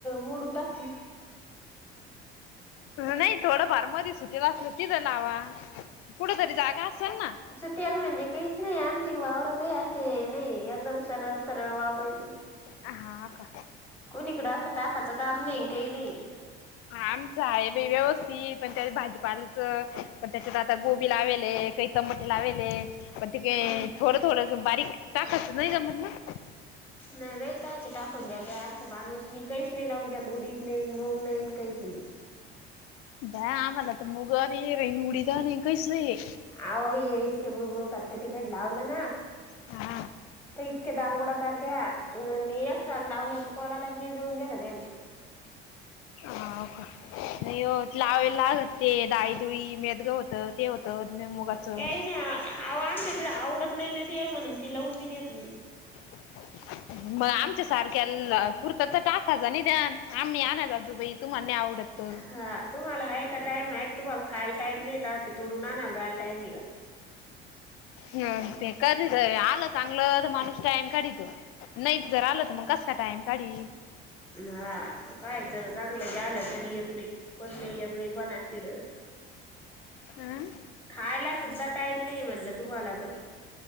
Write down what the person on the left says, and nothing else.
नाही थोडंफार मध सुटेलं असल तिथं लावा कुठ तरी जागा असेल ना.
ह हा अ का?
आमच आहे व्यवस्थित पण त्या भाजीपाल्याचं पण त्याच्यात आता गोबी लावेले काही. च मठे लावेले पग तिके
थोडं थोडं बारीक का खचत नाही जमट ना.
बाय आम्हाला तर मुग आणि राहीन, उडीद आणि काहीच नाही.
हा
ह का, नहीं ओ लावएला लागत ते दाळी मेद्ग होत. तर ते होतं अ मुगाचं.
<inaudible> मग आमच्या सारख्या पुरत तर टाकहज निदान आम्ही आण अन जाताना बाई. तू म्हणी आवडत.
ह ते कधी तरी आलं चांगलं तर माणूस टाइम काढीतो. नाही जर आलं तर मग कस का टाइम काढी.
अं